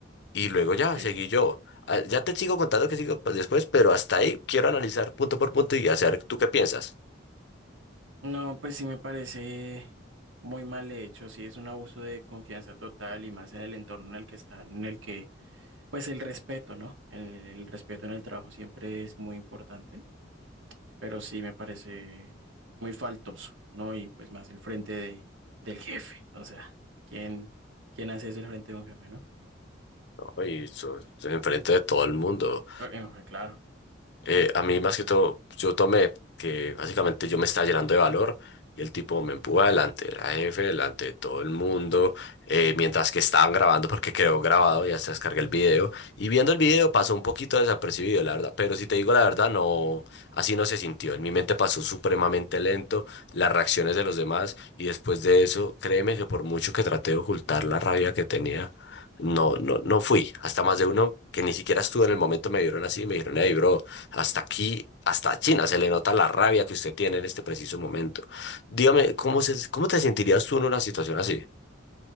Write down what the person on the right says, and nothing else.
Ok.
No, pues sí me parece muy mal hecho, sí es un abuso de confianza total y más en el entorno en el que están, en el que, pues el respeto, ¿no? El, el respeto en el trabajo siempre es muy importante. pero sí me parece muy faltoso, ¿no? Y pues más el frente de, del jefe, o sea, ¿quién, quién hace eso el frente de un jefe, ¿no?
Eh, eh, claro.